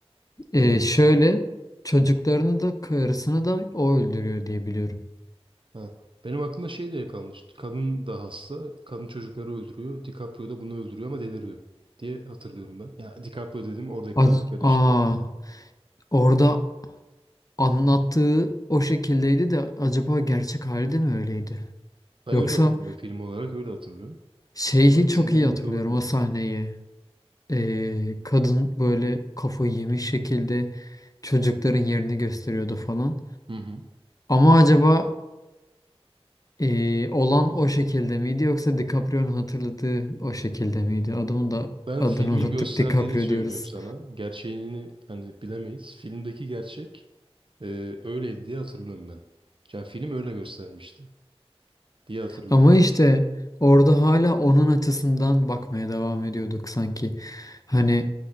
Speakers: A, on the left; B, on the right.
A: E,
B: Ee,
A: şöyle çocuklarını
B: hı.
A: da karısını da o öldürüyor diye biliyorum.
B: Ha. Benim aklıma şey diye kalmış. Kadın da hasta. Kadın çocukları öldürüyor. DiCaprio da bunu öldürüyor ama deliriyor diye hatırlıyorum ben. Ya DiCaprio dedim oradaki
A: Az-
B: karakter
A: Aa,
B: işte.
A: orada anlattığı o şekildeydi de acaba gerçek hali de mi öyleydi?
B: Ben
A: Yoksa
B: öyle hatırlıyorum film olarak öyle hatırlıyorum.
A: şeyi
B: Ama
A: çok
B: senin
A: iyi
B: dediğin
A: hatırlıyorum
B: gibi de olabilir.
A: o sahneyi. Ee, kadın böyle kafayı yemiş şekilde çocukların yerini gösteriyordu falan.
B: Hı hı.
A: Ama acaba ee, olan o şekilde miydi yoksa DiCaprio'nun hatırladığı o şekilde miydi? Adamın da
B: Ben
A: adını
B: filmin
A: unuttuk
B: gösterdiğini
A: DiCaprio
B: söylüyorum
A: diyoruz.
B: sana. Gerçeğini hani bilemeyiz. Filmdeki gerçek Ee, öyleydi diye hatırlıyorum ben. Yani film öyle göstermişti diye hatırlıyorum.
A: Ama işte orada hala onun açısından bakmaya devam ediyorduk sanki. Hani